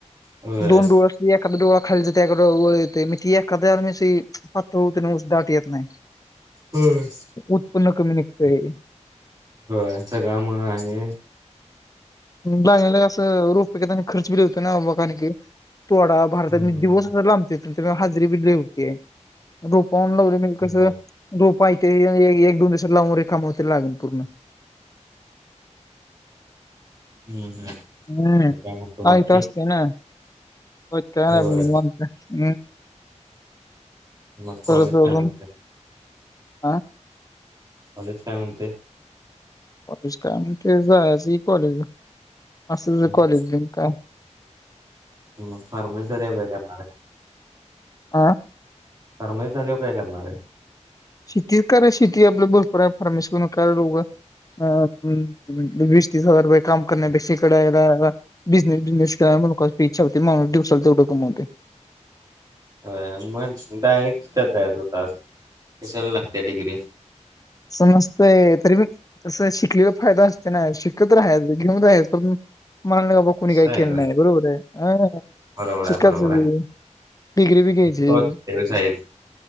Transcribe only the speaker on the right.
होय
होय.
होय. सगळा मग आम्ही
हम्म
होय.
हम्म हम्म.
मग काय म्हणतो
बाकी
होय
मग कॉलेज
काय म्हणते
कॉलेज काय म्हणतंय?
हम्म.
हम्म, <unintelligible> काढायचे त्यांना रे.
फर्माईश आल्यावर काय करणारे?
होय. मग डायरेक्ट करता येत होतास. कशाला लागते डिग्री?
असं
आहे
होय
बरोबर
आहे बरोबर आहे
तुमच ठेवी साहेब